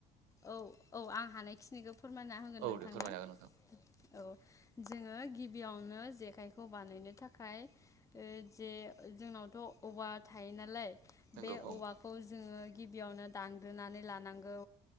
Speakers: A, on the left; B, on the right.
A: औ औ आं हानायखिनिखौ फोरमायना होगोन
B: औ
A: नोंथांनो
B: दे फोरमायनो हागोन नोंथां
A: औ जोङो गिब गिबियावनो जेखायखौ बानायनो थाखाय ओ जे जोंनावथ औवा थायो नालाय
B: नंगौ
A: बे
B: औ
A: औवाखौ जोङो गिबियावनो दानग्रोनानै लानांगौ